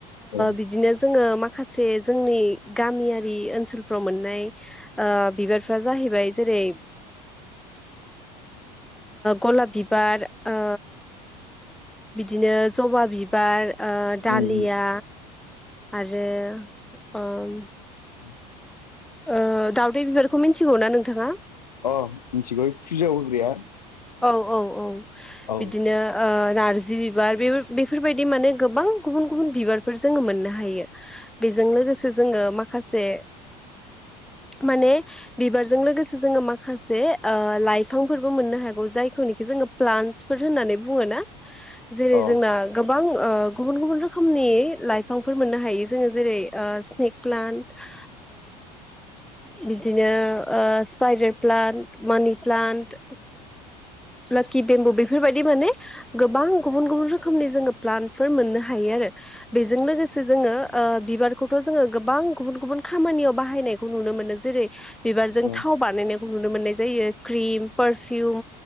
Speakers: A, on the left; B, in the centre.
A: औ
B: बिदिनो जोङो मा माखासे जोंनि गामियारि ओनसोलफ्राव मोननाय ओ बिबार फ्रा जाहैबाय जेरै गलाप बिबार ओ बिदिनो जबा बिबार दालिया
A: उम
B: आरो ओम
A: <inaudible>
B: ओ दावदै बिबारखौ मिथिगौ ना नोंथाङा?
A: अ मिथिगौ फुजायाव होग्राया
B: औ औ औ
A: औ
B: बिदिनो नारजि बिबार बे बेफोरबायदि माने गोबां गुबुन गुबुन बिबारफोर जोङो मोननो हायो। बेजों लोगोसे जोङो माखासे माने बिबारजों लोगोसे जोङो माखासे लाइफ बिफांफोरबो मोननो हागौ जायखौनोखि जोङो प्लान्टसफोर होननानै बुङ ना जेरै
A: अ
B: जोंना गोबां गुबुन गुबुन रोखोमनि लाइफांफोर मोननो हायो जोङो जेरै स्नेक प्लान्ट बिदिनो स्पाइडार प्लान्ट मानि प्लान्ट लोक्कि बेम्बु बेफोरबायदि माने गोबां गुबुन गुबुन रोखोमनि जोङो प्लान फोर मोननो हायो आरो बेजों लोगोसे जोङो बिबारखौथ' जोङो गोबां गुबुन गुबुन खामानि। याव बाहायनायखौ नुनो मोनो जेरै बिबारजों
A: अ
B: थाव बानायनायखौ नुनो मोननाय जायो क्रिम पारफिउम